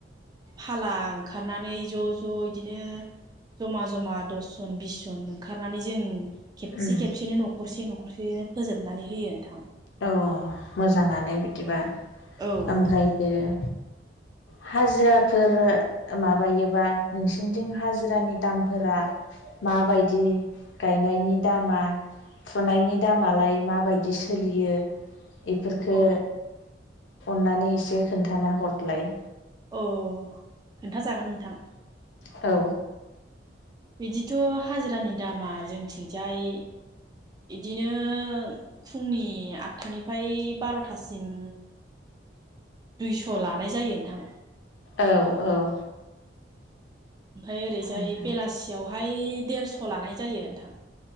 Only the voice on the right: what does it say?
फाला ओंखारनानै ज' ज' इदिनो जमा जमा दसजन बिस जन ओंखारनानै जों खेबसे
खेबसेयनो न'खरसे न'खरसेयैनो फोजोबनानै होयो नोंथां।
औ
औ <inaudible>
औ
ओ खोनथाजागोन नोंथां।
बिदिथ' हाजिरानि दामा जोंथिंजाय इदिनो फुंनि आटथानिफ्राय बार'थासिम दैस' लानाय जायो नोंथां
ओमफाय ओरैजाय
बेलासियावहाय देरस' लानाय जायो नोंथां।